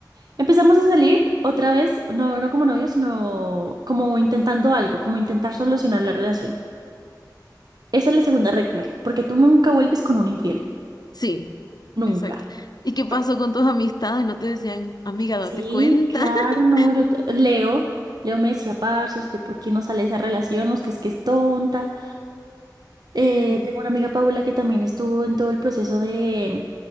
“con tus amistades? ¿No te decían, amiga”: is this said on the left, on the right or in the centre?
Left